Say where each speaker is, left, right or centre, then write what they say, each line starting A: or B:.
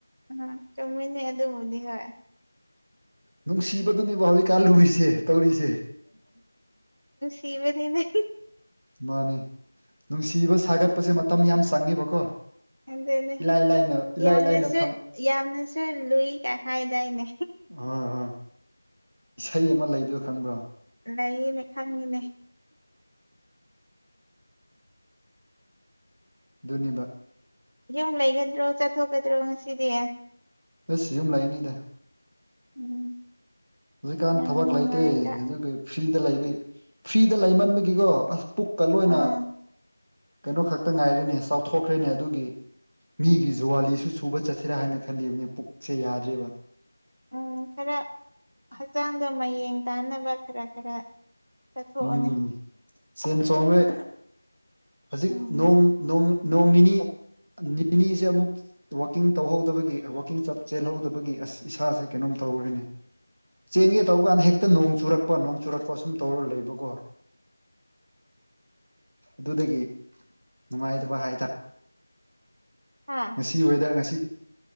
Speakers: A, on the right; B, on the right.
A: ꯎꯝ ꯆꯨꯝꯃꯤꯟꯅ ꯑꯗꯨꯕꯨꯗꯤ ꯍꯣꯏ
B: ꯅꯨꯡ ꯁꯤꯕꯗꯨꯅꯦꯕ ꯍꯧꯖꯤꯛ ꯀꯥꯂꯨꯔꯤꯁꯦ ꯇꯧꯔꯤꯁꯦ
A: ꯇꯤꯕꯅꯤꯅꯦ
B: ꯃꯥꯅꯦ ꯅꯨꯡꯁꯤꯕ ꯁꯥꯒꯠꯄꯁꯦ ꯃꯇꯝ ꯌꯥꯝ ꯆꯪꯉꯦꯕꯀꯣ
A: ꯑꯦꯗꯑꯅꯤ
B: ꯏꯂꯥꯏ ꯂꯥꯏꯅ ꯏꯂꯥꯏ
A: ꯌꯥꯝꯅꯁꯨ
B: ꯂꯥꯏꯅ ꯐꯪ
A: ꯌꯥꯝꯅꯁꯨ ꯂꯨꯏ ꯀꯥꯏ ꯍꯥꯏꯗꯥꯏꯅꯦ
B: ꯍꯣꯏ ꯍꯣꯏ ꯏꯁꯩ ꯑꯃ ꯂꯩꯕꯗꯣ ꯈꯪꯕ꯭ꯔꯣ
A: ꯂꯩꯌꯦꯅꯦ ꯈꯪꯉꯤꯅꯦ
B: ꯑꯗꯨꯅꯤꯕ
A: ꯌꯨꯝ ꯂꯩꯒꯗ꯭ꯔꯣ ꯆꯠꯊꯣꯛꯀꯗ꯭ꯔꯣ ꯉꯁꯤꯗꯤ
B: ꯑꯁ ꯌꯨꯝ ꯂꯥꯏꯅꯤꯗ
A: ꯎꯝ
B: ꯍꯧꯖꯤꯛꯀꯥꯟ
A: ꯌꯥꯝ
B: ꯊꯕꯛ
A: ꯅꯨꯡꯉꯥꯏꯗ
B: ꯂꯩꯇꯦ ꯍꯧꯖꯤꯛ ꯐ꯭ꯔꯤꯗ ꯂꯩ ꯐ꯭ꯔꯤꯗ ꯂꯩꯃꯟꯕꯒꯤꯀꯣ ꯑꯁ ꯄꯨꯛꯀ ꯂꯣꯏꯅ
A: ꯑꯥ
B: ꯀꯩꯅꯣ ꯈꯛꯇ ꯉꯥꯏꯔꯦꯅꯦ ꯆꯥꯎꯊꯣꯛꯈ꯭ꯔꯦꯅꯦ ꯑꯗꯨꯒꯤ ꯃꯤꯒꯤ
A: ꯑꯁ
B: ꯖꯨꯋꯥꯂꯤꯁꯨ ꯁꯨꯕ ꯆꯠꯁꯤꯔꯥ ꯍꯥꯏꯅ ꯈꯜꯂꯤꯕꯅꯤ ꯄꯨꯛꯁꯦ ꯌꯥꯗ꯭ꯦꯔꯤꯕ
A: ꯎꯝ ꯈꯔ ꯍꯛꯆꯥꯡꯗꯣ ꯃꯌꯦꯡ ꯇꯥꯅꯕ ꯈꯔ ꯈꯔ ꯆꯠꯊꯣꯛꯑꯣꯅꯦ
B: ꯎꯝ ꯁꯦꯟ ꯆꯣꯡꯡꯂꯔꯦ ꯍꯧꯖꯤꯛ
A: ꯎꯝ
B: ꯅꯣꯡ ꯅꯤꯅꯤ ꯅꯤꯅꯤꯁꯦ ꯑꯃꯨꯛ ꯋꯥꯋꯥꯛꯀꯤꯡ ꯇꯧꯍꯧꯗꯕꯒꯤ ꯋꯥꯋꯥꯛꯀꯤꯡ ꯆꯦꯜꯍꯧꯗꯕꯒꯤ ꯑꯁ ꯏꯁꯥꯁꯦ ꯀꯩꯅꯣꯝ ꯇꯧꯔꯤꯅꯦ ꯆꯦꯟꯒꯦ ꯇꯧꯕ ꯀꯥꯟꯗ ꯍꯦꯛꯇ ꯅꯣꯡ ꯆꯨꯔꯛꯄ ꯅꯣꯡ ꯆꯨꯔꯛꯄ ꯁꯨꯝ ꯇꯧꯔ ꯂꯩꯕ ꯀꯣ ꯑꯗꯨꯗꯒꯤ ꯅꯨꯡꯉꯥꯏꯇꯕ ꯍꯥꯏꯇꯥꯔꯦ
A: ꯍꯥ
B: ꯉꯁꯤ ꯋꯦꯗꯔ ꯉꯁꯤꯗꯤ